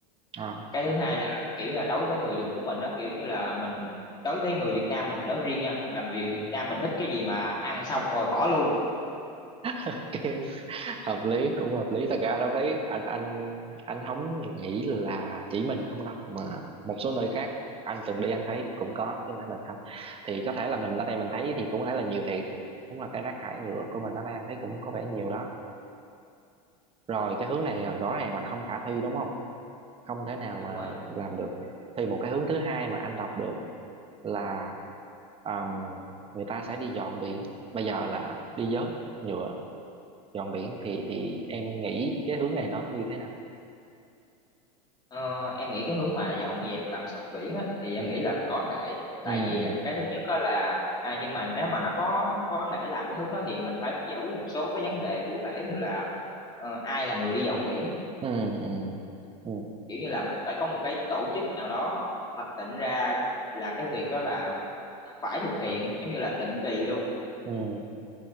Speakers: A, on the right; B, on the left.
A: Ờ.
B: cái thứ hai là kiểu như là đối với người dùng của mình nó kiểu như là mình đối với người Việt Nam mình nói riêng nha làm việc Việt Nam mình thích cái gì mà ăn xong rồi bỏ luôn
A: Ok, hợp lý cũng hợp lý thật ra lúc thấy anh anh anh không nghĩ là chỉ mình không đâu mà một số nơi khác anh từng đi anh thấy cũng có chứ không phải mình không thì có thể là mình ở đây mình thấy thì cũng có thể là nhiều thiệt cũng là cái rác thải nhựa của mình ở đây anh thấy cũng có vẻ nhiều đó rồi cái hướng này là rõ ràng là không khả thi đúng không không thể nào
B: dạ đúng
A: mà
B: rồi
A: làm được thì một cái hướng thứ hai mà anh đọc được là um, người ta sẽ đi dọn biển bây giờ là đi vớt nhựa dọn biển thì thì em nghĩ cái hướng này nó như thế nào
B: Ờ, em nghĩ cái hướng mà dọn dẹp làm sạch biển á, thì em
A: ừ
B: nghĩ là có thể tại
A: ừ
B: vì
A: ừ
B: á, cái thứ nhất á là à, nhưng mà nếu mà nó có có thể làm cái hướng đó thì mình phải giải quyết một số cái vấn đề cụ thể như là ờ, ai là người đi dọn biển
A: ừ ừ ừ
B: kiểu như là mình phải có một cái tổ chức nào đó hoạch định ra là cái việc đó là phải thực hiện giống như là định kỳ luôn
A: ừ